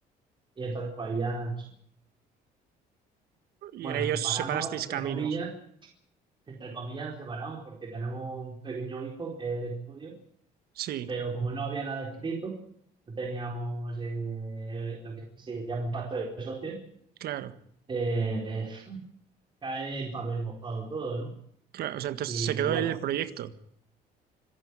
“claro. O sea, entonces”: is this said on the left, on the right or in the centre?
Right